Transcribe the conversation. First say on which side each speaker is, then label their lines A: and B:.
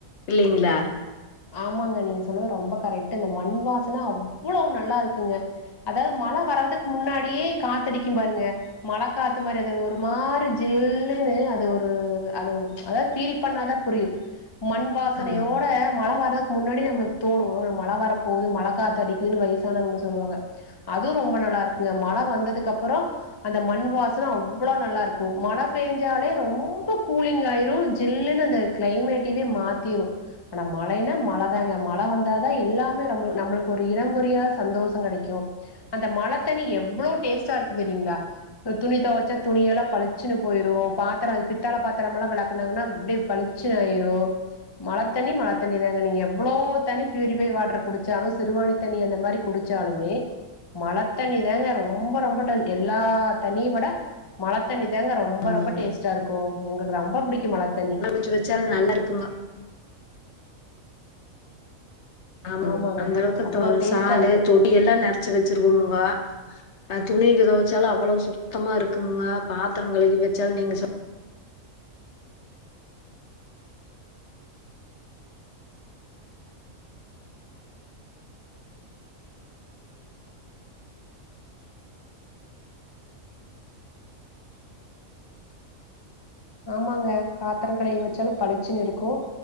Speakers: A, on the left; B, on the left.
A: இல்லிங்ளா
B: ஆமாங்க நீங்க சொன்னது ரொம்ப கரெக்ட் இந்த மண் வாசன அவ்ளோ நல்லா இருக்குங்க அதாவுது மழ வர்றதுக்கு முன்னாடியே காத்தடிக்கு பாருங்க மழ காத்து மாரி அது ஒரு மாரி ஜில்ன்னு அது ஒரு அது அதா ஃபீல் பண்ணாதா புரியு மண் வாசனையோட
A: ஆமா
B: மழ வர்றதுக்கு முன்னாடி நம்மளுக்கு தோணு மழ வர போகுது மழ காத்து அடிக்குதுன்னு வயசானவங்க சொல்லுவாங்க அதுவு ரொம்ப நல்லா இருக்குங்க மழை வந்ததுக்கு அப்றோ அந்த மண் வாசன அவ்ளோ நல்லா இருக்கு மழ பெஞ்சாலே ரொம்ப கூலிங் ஆயிரு ஜில்லுன்னு தத் க்ளைமேட் இதே மாத்திரு ஆனா மழன்னா மழதாங்க மழ வந்தாதா எல்லாமே நம்ம நம்மளுக்கு ஒரு இடபுரியாத சந்தோஷோ கெடைக்கு அந்த மழத்தண்ணி எவ்ளோ டேஸ்ட்டா இருக்கு தெரியுங்ளா துணி துவைச்சா துணிய எல்லாம் பளிச்சு போயிரு பாத்திரோ பித்தாள பாத்தரமெல்லா வெளக்குனாங்கன்னா அப்டி ப ளிச்சயிருன்னு ஆயிரு மழ தண்ணி மழை தண்ணி தாங்க நீங்க எவ்வளோ தனி பியூரிபை வாட்டர் குடிச்சாலு சிறுவாணி தண்ணி அந்த மாரி குடிச்சாலுமே மழை தண்ணி தாங்க ரொம்ப ரொம்ப ட எல்லா தண்ணிய விட மழை தண்ணி தாங்க ரொம்ப
A: ஆமாங்க
B: ரொம்ப டேஸ்ட்டா இருக்கு எங்களுக்கு ரொம்ப பிடிக்கு மழை தண்ணி
A: வச் வச்சாலு நல்லா இருக்குமா ஆமாங்
B: ஆமாங்க
A: அந்த அளவுக்கு
B: அவ்ளோ டேஸ்ட்டா
A: சாலு
B: இருக்கு
A: தொடி எல்லா நெரச்சி வச்சிருவோங்கோ அ துணிக்க தொவைச்சாலு அவ்ளோ சுத்தமா இருக்குங்க பாத்திரோ கழுவி வச்சால நீங்க சொ
B: ஆமாங்க பாத்திரம் கழுவி வச்சாலும் பளிச்சுன்னு இருக்கு